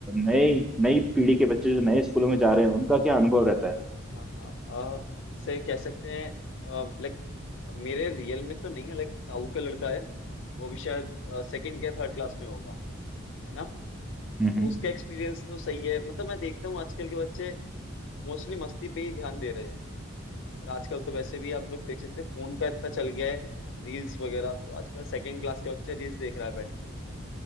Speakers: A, in the centre; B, on the left (about 60°).
A: नए नई पीढ़ी के बच्चे जो नए स्कूलों में जा रहे हैं उनका क्या अनुभव रहता है
B: हाँ हाँ आ, जैसे कह सकते हैं लाइक मेरे रियल में तो नहीं है लाइक ताऊ का लड़का है वो भी शायद सेकंड या थर्ड क्लास में होगा है ना तो
A: हम्म
B: उसका एक्सपीरियंस तो सही है मतलब मैं देखता हूँ आजकल के बच्चे मोस्टली मस्ती पे ही ध्यान दे रहे हैं और आजकल तो वैसे भी आप लोग देख सकते हैं फोन का इतना चल गया है रील्स वगैरह तो आजकल सेकंड क्लास के बच्चे रील्स देख रहा है बैठ के